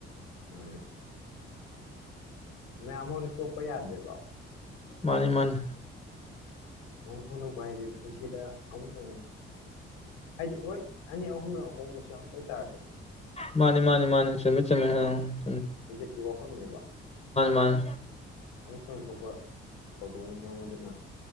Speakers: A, on the left; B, on the left.
A: ꯃꯥꯅꯦ ꯃꯌꯥꯝꯃꯥꯡꯗ ꯆꯣꯞꯄ ꯌꯥꯗꯦꯕ
B: ꯃꯥꯅꯤ ꯃꯥꯅꯤ
A: ꯈꯣꯡ ꯈꯣꯡꯗꯣꯛꯄ ꯍꯥꯏꯁꯦ ꯄꯨꯟꯁꯤꯗ ꯑꯃꯨꯛꯇꯪ ꯍꯥꯏꯗꯤ ꯍꯣꯏ ꯑꯅꯤ ꯑꯍꯨꯝꯂꯛ ꯍꯣꯡꯕꯁꯨ ꯌꯥꯎ ꯑꯗꯨꯇꯥꯥꯔꯁꯨ
B: ꯃꯥꯅꯤ ꯃꯥꯅꯤ ꯃꯥꯅꯤ ꯁꯨꯃꯤ ꯆꯨꯃꯦ ꯎꯝ
A: ꯏꯖꯠꯀꯤ ꯋꯥꯐꯝꯅꯦꯕ
B: ꯃꯥꯅꯤ
A: ꯑꯃꯨꯛꯇꯪ ꯊꯣꯛꯄ ꯊꯧꯗꯣꯛꯅꯤ ꯉꯃ ꯗꯨꯅ